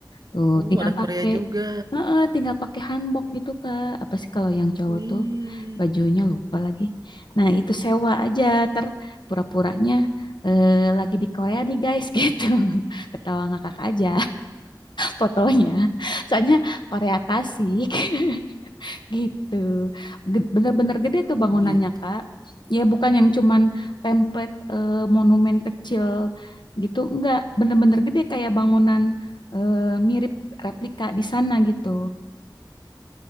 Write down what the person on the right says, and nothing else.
Oh,
ada
Korea juga.
Wih,
hmm,
gitu.